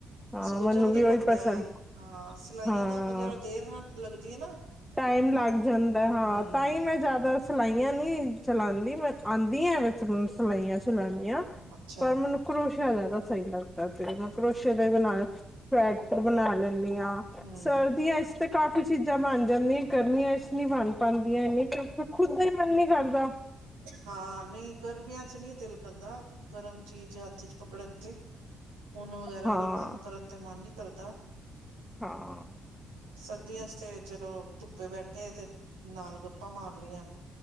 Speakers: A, in the centre; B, on the right.
A: ਹਾਂ
B: ਸੋ
A: ਮੈਨੂੰ
B: ਜਲਦੀ
A: ਵੀ ਉਹੀ
B: ਬੰਦਾ
A: ਪਸੰਦ
B: ਸਿਲਾਈਆਂ
A: ਹਾਂ
B: ਦਾ ਜਿਹੜਾ ਦੇਰ ਨਾਲ ਤੇ ਨਾ
A: ਟਾਈਮ ਲੱਗ ਜਾਂਦਾ ਹਾਂ
B: ਹਮ
A: ਤਾਂ ਹੀ ਮੈਂ ਜ਼ਿਆਦਾ ਸਿਲਾਈਆਂ ਨੀ ਚਲਾਉਂਦੀ ਮੈਂ ਆਉਂਦੀ ਆ ਵਿੱਚ ਸਲਾਈਆਂ ਚਲਾਉਣੀਆਂ
B: ਅੱਛਾ
A: ਪਰ ਮੈਨੂੰ ਕਰੋਸ਼ ਜ਼ਿਆਦਾ ਸਹੀ ਲੱਗਦਾ ਤੇ ਕਰੋਸ਼ੀਆਂ ਦੇ ਬਣਾ ਸਵੈਟਰ ਬਣਾ ਲੈਂਦੀ ਹਾਂ
B: ਹਮ
A: ਸਰਦੀਆਂ ਵਿਚ ਤੇ ਕਾਫ਼ੀ ਚੀਜ਼ਾਂ ਬਣਦੀ <unintelligible> ਗਰਮੀਆਂ ਇਚ ਨੀ ਬਣ ਪਾਉਂਦੀਆਂ ਇੰਨੀ ਚੁੱਬ ਖੁਦ ਦਾ ਹੀ ਮਨ ਨੀ ਕਰਦ
B: ਹਾਂ ਨਹੀਂ ਗਰਮੀਆਂ ਚ ਨਹੀਂ ਦਿਲ ਕਰਦਾ ਗਰਮ ਚੀਜ਼ ਹੱਥ ਵਿਚ ਪਕੜਨ ਤੇ ਉਨ ਵਗੈਰਾ
A: ਹਾਂ
B: ਦਾ ਕੰਮ ਕਰਨ ਤੇ ਮਨ ਨਹੀਂ ਧਰਦਾ
A: ਹਾਂ
B: ਸਰਦੀਆਂ ਚ ਤੇ ਚਲੋ ਧੁੱਪੇ ਬੈਠੇ ਤੇ ਨਾਲ ਗੱਪਾ ਮਾਰ ਲੀਆਂ